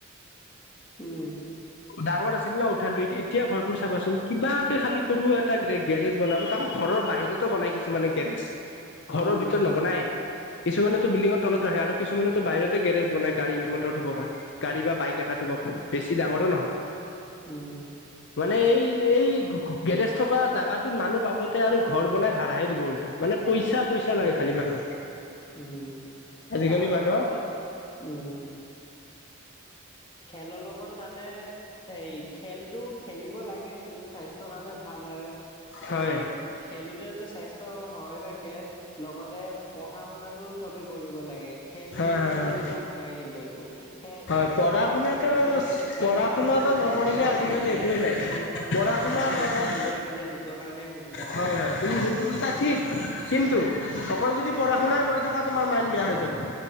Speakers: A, on the left (about 25°); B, on the left (about 55°).
A: উম!
B: ডাঙৰ আছিল ন উঠা টো এ এতিয়া ঘৰবোৰ চাবাচোন? কিবাকে খালি সৰু এটা গ্ৰেক। গেৰেজ বনাব? তাকো ঘৰৰ বাহিৰতো বনাই কিছুমানে গেৰেজ! ঘৰৰ
A: উম
B: ভিতৰত
A: হয়
B: নবনাই? কিছুমানেেতো বিল্ডিঙৰ তলত ৰাখে আৰু কিছুমানেতো বাহিৰতে গেৰেজ বনাই! গাড়ী ৰূমত। ত ধুব পাই গাড়ী বা বাইক এটা ধুব কাৰণে।
A: উম
B: মানে এই এই গেৰেজ থকা জাগাটোত মানুহ পাবতে আৰু। ঘৰ বনাই ভাড়াহে দিব উল্টাই! মানে, পইচা পইচা লাগে খালি মানুহ।
A: উম!
B: আজিকালি
A: চোৱা
B: মানুহক।
A: উম! খেলৰ লগত মানে হেয়ি খেলটো খেলিব লাগে! তাকে যোনটো স্বাস্থ্যৰ কাৰণে ভাল হয়!
B: হয়
A: এই-। খেলোঁতেতো স্বাস্থ্য হৈ থাকে! লগতে পঢ়া শুনা টো চবে কৰিব লাগে খেল
B: হয়
A: বুলি?
B: হয়
A: কৰি
B: হয়
A: লাভ নাই কিন্তু একো খে
B: হয়
A: খেলিব
B: পঢ়া
A: লাগে
B: শুনাটো
A: খেলটো খেল
B: পঢ়া
A: ফালেও
B: শুনাটো
A: স্কপ
B: নকৰিলে
A: আছে।
B: আজিকালি
A: ক'ব গ'লে,
B: একোৱেই নাই।
A: খেলৰ লগত মানে,
B: শুনাৰ
A: পঢ়া শুনাটো
B: লগত
A: মিলাই গলে নিজৰ কাৰণে সুবিধা
B: হয়
A: আৰু।
B: হয় তুমি যোনটো কৈছা ঠিক কিন্তু, অকল যদি পঢ়া শুনাই কৰি থাকা তোমাৰ মাইণ্ড বেয়া হৈ যাব।